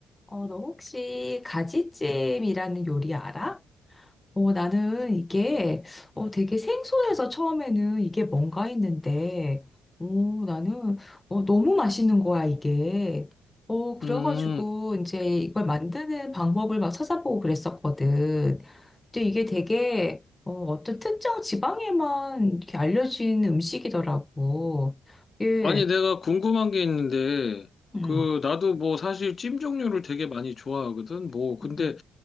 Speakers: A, on the left (about 15°); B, on the left (about 35°).
A: 어, 너 혹시 가지찜이라는 요리 알아? 어, 나는 이게 어, 되게 생소해서 처음에는 이게 뭔가 했는데, 어, 나는 어, 너무 맛있는 거야, 이게. 어, 그래가지고
B: 음,
A: 이제 이걸 만드는 방법을 막 찾아보고 그랬었거든. 근데 이게 되게 어, 어떤 특정 지방에만 이렇게 알려진 음식이더라고. 예.
B: 아니, 내가 궁금한 게 있는데,
A: 음.
B: 그, 나도 뭐 사실 찜 종류를 되게 많이 좋아하거든. 뭐, 근데
A: 음.